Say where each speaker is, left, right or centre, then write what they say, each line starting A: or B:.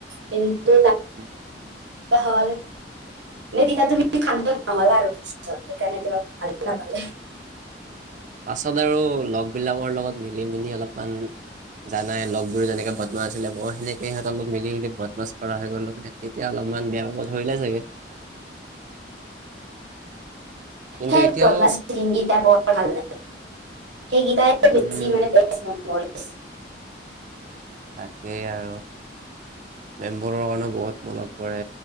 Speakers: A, on the right; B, on the right.
A: কিন্তু
B: উম,
A: হ'ল ন তেতিয়া তুমি খান্ত আমাল আৰপি সেইকাৰণে তোমাক ভালে নাপালে।
B: পাছত আৰু লগবিলাকৰ লগত মিলি মেলি অলপমান। জানাই লগবোৰ যেনেকে বদমাচ আছিলে মই সেনেকে সিহঁতৰ মোক মিলি মিলি বদমাছ কৰা হৈ গ'লো তেতিয়া অলপমান বেয়া পাব ধৰিলে চাগে কিন্তু
A: হেই
B: এতিয়াও
A: বদমাৰিং হিন্দী গাধ। ভাল নাই সেইকেইটাই
B: উম
A: বেছি মানে তেজ মান মৰিছ
B: তাকেই আৰু মেম্বৰৰ কাৰণেও বহুত মনত পৰে